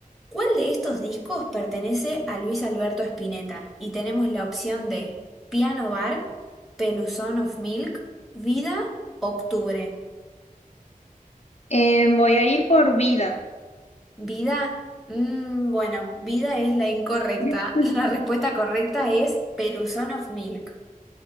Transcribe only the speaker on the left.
eh, voy a ir por vida.
<laughs>